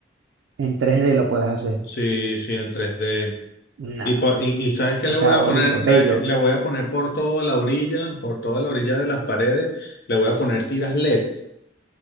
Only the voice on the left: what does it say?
Sí, sí, en tres d
Y, po- y, y ¿sabes qué
le voy
a poner?
¿Sabes
qué? Le voy a poner por toda la orilla, por toda la orilla de las paredes, le voy a poner tiras LED,